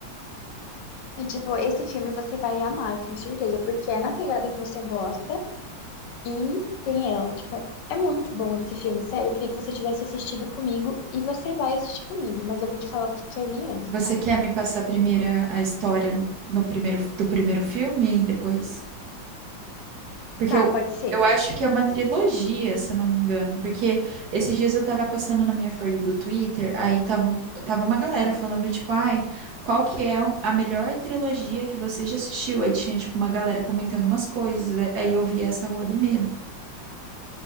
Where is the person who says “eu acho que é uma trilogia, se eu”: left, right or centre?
Right